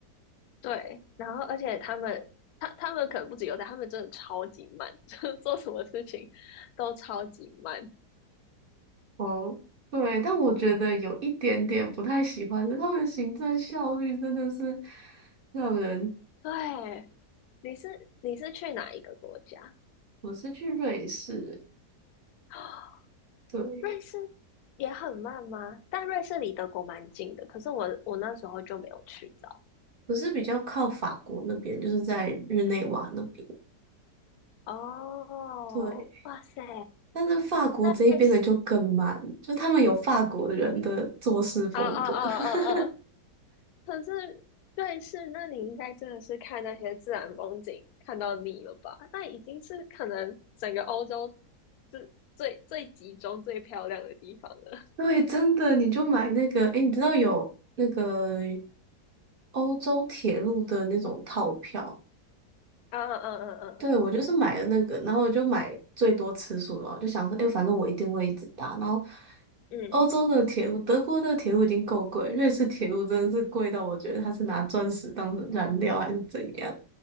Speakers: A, on the left; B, on the right.
A: 对，然后而且他们，他他们可能不止有点，他们真的超级慢，<laughs> 就是做什么事情都超级慢。
B: 哦，对，但我觉得有一点点不太喜欢的，他们行政效率真的是让人。
A: 对，你是你是去哪一个国家？
B: 我是去瑞士，
A: <gasps>
B: 对，
A: 瑞士也很慢吗？但瑞士离德国蛮近的，可是我我那时候就没有去到。
B: 我是比较靠法国那边，就是在日内瓦那边。
A: 哦，
B: 对，
A: 哇塞，
B: 但是法国这一边的就更慢，
A: 那瑞士，
B: 就他们有法国人的做事风格。
A: 啊啊啊啊啊！
B: <laughs>
A: 可是瑞士，那你应该真的是看那些自然风景看到腻了吧？那已经是可能整个欧洲最最最集中、最漂亮的地方了。
B: 对，真的，你就买那个，哎，你知道有那个欧洲铁路的那种套票，
A: <laughs> 啊嗯嗯嗯
B: 对，我就是买了那个，然后我就买最多次数了，我就想说，哎，反正我一定会一直搭。然后
A: 嗯，
B: 欧洲的铁路，
A: 嗯
B: 德国的铁路已经够贵，瑞士铁路真的是贵到我觉得它是拿钻石当燃料还是怎样，